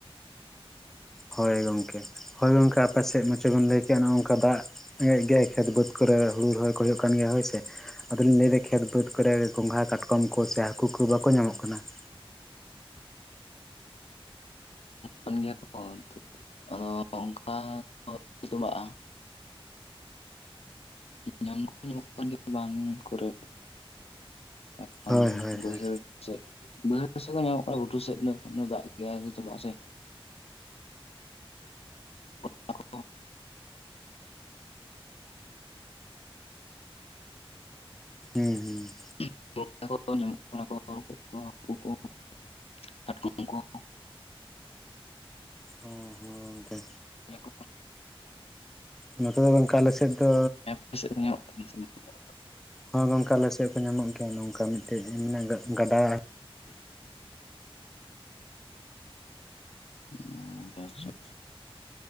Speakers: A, in the centre; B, on the left (about 85°).
A: ᱦᱳᱭ ᱜᱚᱢᱠᱮ ᱦᱳᱭ ᱜᱚᱢᱠᱮ ᱟᱯᱮ ᱥᱮᱫ ᱢᱟᱪ ᱵᱮᱱ ᱞᱟᱹᱭ ᱠᱮᱜᱼᱟ ᱚᱱᱮ ᱱᱚᱝᱠᱟ ᱫᱟᱜ, ᱦᱮᱜ ᱜᱮᱟᱭ ᱠᱷᱮᱛ ᱵᱟᱹᱫᱽ ᱠᱚᱨᱮ ᱦᱩᱲᱩ ᱨᱚᱦᱚᱭ ᱠᱚ ᱦᱩᱭᱩᱜ ᱠᱟᱱ ᱜᱮᱭᱟ ᱦᱳᱭ ᱥᱮ, ᱟᱫᱚ ᱞᱤᱧ ᱞᱟᱹᱭᱮᱫᱟ ᱠᱷᱮᱛ ᱵᱟᱹᱫᱽ ᱠᱚᱨᱮ ᱜᱚᱝᱜᱷᱟ ᱠᱟᱴᱠᱚᱢ ᱠᱚ ᱥᱮ ᱦᱟᱹᱠᱩ ᱠᱚ ᱵᱟᱠᱚ ᱧᱟᱢᱚᱜ ᱠᱟᱱᱟ ᱾
B: <inaudible> ᱧᱟᱢ ᱠᱚ ᱧᱟᱢᱚᱜ ᱠᱟᱱ ᱜᱮᱭᱟ ᱵᱟᱸᱱ ᱠᱚᱨᱮᱠᱷ ᱠᱟᱨᱚᱱ
A: ᱦᱳᱭ ᱦᱳᱭ
B: ᱵᱟᱹᱭᱦᱟᱹᱲ,
A: ᱦᱳᱭ
B: ᱥᱮ ᱵᱟᱹᱭᱦᱟᱹᱲ ᱥᱮᱫ ᱧᱟᱢᱚᱜ ᱠᱟᱱᱟ ᱜᱷᱩᱴᱩ ᱥᱮᱫ ᱫᱚ ᱮᱠᱷᱚᱱ ᱫᱟᱜ ᱜᱮᱭᱟ ᱟᱹᱣᱨᱤ ᱛᱚᱵᱟᱜ- ᱟ ᱥᱮ, ᱦᱟᱹᱠᱩ
A: ᱦᱩᱸ ᱦᱩᱸ,
B: <inaudible>
A: ᱦᱚᱸ ᱦᱚᱸ ᱜᱚᱢᱠᱮ,
B: ᱦᱮᱸ
A: ᱱᱚᱛᱮ ᱫᱚ ᱜᱚᱢᱠᱮ ᱟᱞ ᱥᱮᱫ ᱫᱚ
B: <inaudible>
A: ᱦᱚᱸᱭ ᱜᱚᱢᱠᱮ ᱟᱥᱮᱫ ᱠᱚ ᱧᱟᱢᱚᱜ ᱜᱮᱭᱟ ᱱᱚᱝᱠᱟ ᱢᱤᱫᱴᱮᱡ ᱢᱟᱱᱮ ᱜᱟᱰᱟ ᱾
B: <unintelligible> ᱦ <unintelligible>